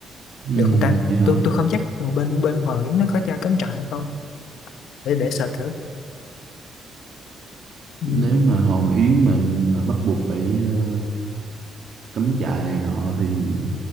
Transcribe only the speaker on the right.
Ừm,
vậy hả
nếu mà Hòn Yến mà mà bắt buộc phải ờ, cắm trại này nọ thì